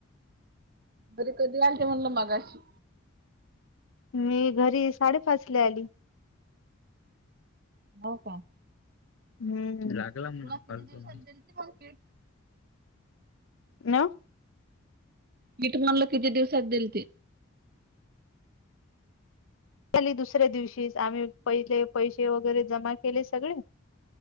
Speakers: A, on the right; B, on the left.
A: घरी कधी आणते म्हणल मगाशी.
B: मी घरी साडेपाचला आली.
A: हो का.
B: हम्म लागला म्हणा
A: तुला किती
B: फलतो.
A: <unintelligible>
B: नव
A: मीठ म्हणल किती दिवसात दिलती.
B: झाली दुसऱ्या दिवशी आम्ही पहिले पैसे वगैरे जमा केले सगळे.